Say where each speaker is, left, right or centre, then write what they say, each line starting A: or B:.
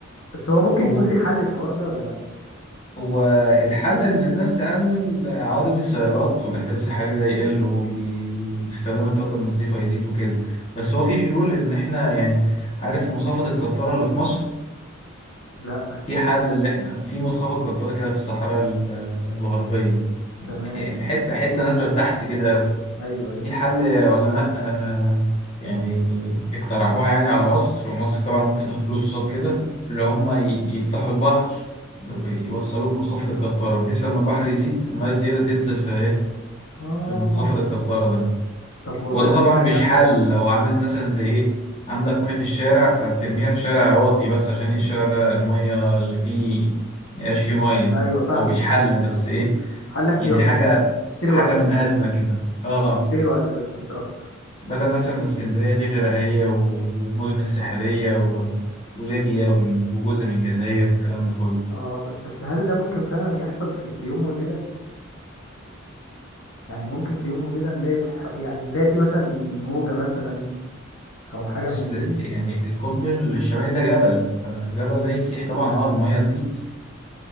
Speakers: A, on the left (about 75°); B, on the left (about 30°).
A: بس هو ممكن
B: هو
A: يكون ليه حل الحوار ده ولا لا
B: هو الحل إن الناس تقلل عوادم السيارات والاحتباس الحراري ده يقل وال- واستخدام الطاقة النظيفة يزيد وكده بس هو في حلول إن إحنا يعني عارف منخفض القطارة اللي في مصر
A: لا
B: في حل اللي احنا في منخفض قطري كده في الصحراء ال- الغربية
A: تمام
B: إيه، حتة حتة نزل تحت كده أوي
A: ايوه ايوه
B: في حل علماء آه، يعني اقترحوها يعني على مصر ومصر طبعا ممكن تاخد فلوس قصاد كده اللي هم ي- يفتحوا البحر ب- ب- يوصلوه بمنخفض القطارة بحيث لما البحر يزيد المياه الزيادة تنزل في ايه
A: اه
B: في منخفض القطارة ده
A: طب والله
B: وده
A: فكرة
B: طبعا مش
A: جامدة
B: حل لو عامل مثلا زي ايه عندك مية في الشارع فبترميها في شارع واطي بس عشان ايه الشارع ده المية اللي فيه ميبقاش فيه مية
A: أيوة فاهمك
B: هو مش حل
A: فاهمك
B: بس
A: فاهمك
B: ايه
A: حل احتياطي
B: يعني حاجة
A: تشتري
B: حاجة
A: وقت
B: من أزمة كده اه
A: تشتري وقت بس مش أكتر
B: بدل مثلا ما اسكندرية تغرق هي والمدن الساحلية و... وليبيا وال- وجزء من الجزائر والكلام ده كله
A: اه ب- بس هل ده ممكن فعلا يحصل في, في يوم وليلة؟ يعني ممكن في يوم وليلة نلاقي الح... يعني نلاقي في مثلا موجة مثلا أو حاجة
B: بس
A: من دي
B: لا- يعني القطب الشمالي ده جبل فالجبل ده يسيح طبعا اه المية تزيد